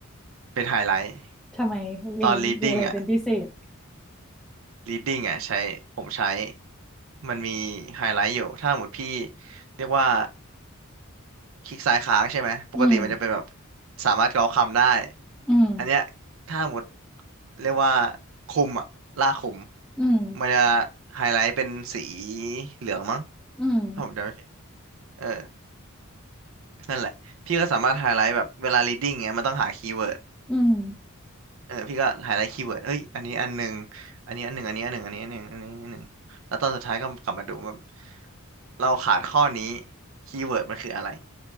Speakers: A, on the right; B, in the centre.
A: เป็นไฮไลท์
B: ทำไมมีมีอะไรเป็นพิเศษ
A: ตอน reading อ่ะ reading อ่ะใช้ผมใช้ มันมีไฮไลท์อยู่ ถ้าหมดพี่เรียกว่าคลิกซ้ายค้างใช่ไหม ปกติมันจะเป็นแบบ
B: อืม
A: สามารถเกาคำได้
B: อืม
A: อันเนี้ยถ้าหมดเรียกว่าคุมอะลากคุม
B: อืม
A: มันจะไฮไลท์เป็นสีเหลืองมั้ง
B: อืม
A: ถ้าผมจำไม่ผิดเออ นั่นแหละ พี่ก็สามารถไฮไลท์แบบเวลา reading เงี้ยมันต้องหาคีย์เวิร์ด
B: อืม
A: เออพี่ก็หาได้คีย์เวิร์ดเฮ้ยอันนี้อันหนึ่งอันนี้อันหนึ่งอันนี้อันหนึ่งอันนี้อันหนึ่งอันนี้อันหนึ่งแล้วตอนสุดท้ายก็กลับมาดูว่าเราขาดข้อนี้คีย์เวิร์ดมันคืออะไร